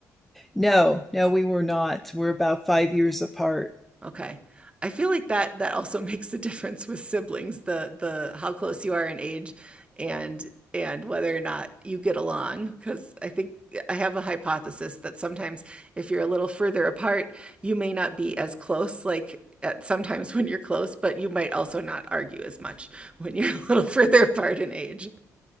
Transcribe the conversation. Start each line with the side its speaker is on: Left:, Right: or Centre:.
Centre: no, no, we were not. We're about five years apart.
Right: Okay. I feel like that that also <laughs> makes a difference with siblings, the the how close you are in age and and whether or not you get along because I think I have a hypothesis that sometimes if you're a little further apart, you may not be as close, like at sometimes when you're close, but you might also not argue as much when you're <laughs> a little further apart in age.